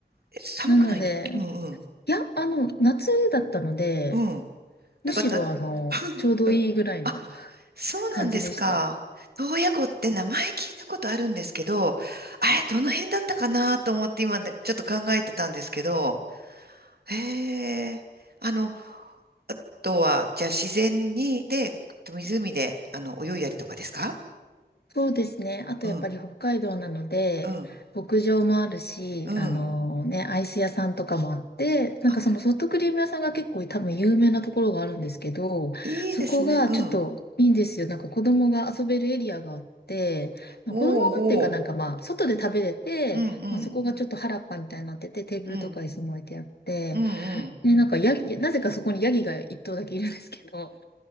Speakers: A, on the right (about 65°); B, on the left (about 65°).
A: え寒くないんだ。
B: なので、
A: うん、うん、
B: いや、あの、夏だったので、
A: うん。なんか、
B: むしろあの、
A: な <laughs>
B: ちょうどいいぐらいの
A: うんあ、
B: <laughs>
A: そうなんですか。
B: 感じでした。
A: 洞爺湖って名前聞いたことあるんですけど、あれ、どの辺だったかなと思って今ねちょっと考えてたんですけど、へえ、あの、あとは、じゃあ自然に、で、湖で、あの、泳いだりとかですか
B: そうですね。あとやっぱり北海道なので、
A: うん、うん、
B: 牧場もあるし、
A: うん。
B: あのね、アイス屋さんとかもあって、なんかそのソフトクリーム屋さんが結構多分有名なところがあるんですけど、
A: あ、いいですね。
B: そこがちょっといいんですよ。
A: うん。
B: なんか子供が遊べるエリアがあって、まあ子供がっていうかなんかまあ、
A: おお、ほ
B: 外で食べれて、
A: う。うん、うん、
B: まあ、そこがちょっと原っぱみたいになってて、テーブルとか椅子も置いてあって、
A: うん、うん、
B: ね、なんかヤギ、なぜかそこにヤギが一頭だけいるんですけど、